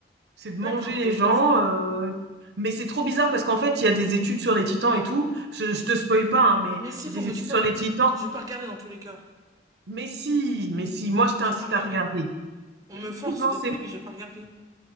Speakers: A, on the right; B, on the right.
A: C'est de
B: D'accord.
A: manger les
B: Donc
A: gens.
B: en fait,
A: euh, Mais c'est trop bizarre parce qu'en fait, il y a des études sur les titans et tout. Je, je te spoil pas, hein, mais
B: mais si,
A: il
B: faut
A: y a
B: me
A: des études
B: spoil.
A: sur les titans.
B: Je vais pas regarder dans tous les cas.
A: Mais si, mais si, moi, je
B: Mais
A: t'incite
B: j'ai pas regardé.
A: à regarder.
B: On
A: <laughs>
B: me force
A: Non,
B: depuis,
A: c'est
B: mais j'ai pas regardé.